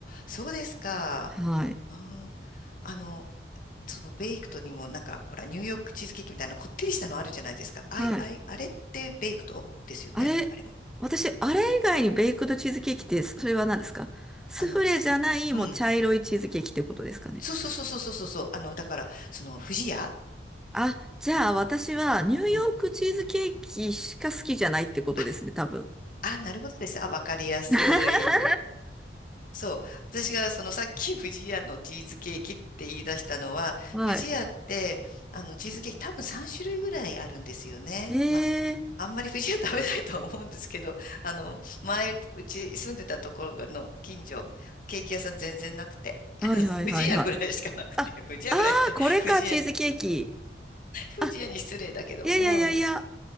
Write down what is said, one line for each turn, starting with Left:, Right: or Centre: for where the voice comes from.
Left: そうですか。
Centre: はい。
Left: あー、あの、そのベイクトにもなんか、ほら、ニューヨークチーズケーキみたいなこってりしたのあるじゃないですか。あい、
Centre: はい。
Left: あい、あれってベイクトですよね。
Centre: あれ、
Left: あれも。
Centre: 私、あれ以外にベイクドチーズケーキって、それは何ですかスフレじゃない、
Left: あの、うん。
Centre: もう茶色いチーズケーキってことですかね。
Left: そうそうそうそうそうそうそう。あの、だから、その、不二家
Centre: あ、じゃあ私はニューヨークチーズケーキしか好きじゃないってことですね、
Left: うん。あ、
Centre: 多分。
Left: あ、なるほどです。あ、わかりやすい。
Centre: <laughs>
Left: そう。私がそのさっき不二家のチーズケーキって言い出したのは、
Centre: はい。
Left: 不二家って、あの、チーズケーキ多分3種類ぐらいあるんですよね。
Centre: ええ
Left: まあ、あんまり藤は食べないと思うんですけど、<laughs> あの、前、うち住んでたところの近所、ケーキ屋さん全然なくて、<laughs>
Centre: ーはいはいはいはい。
Left: あの藤屋ぐらいしかなくて、
Centre: あ、
Left: <laughs> 藤屋ぐらいって、
Centre: ああこれか、
Left: 藤屋に、
Centre: チーズケーキ。
Left: 藤屋に失礼だけど、
Centre: あ、いやいやいやいや。
Left: うん。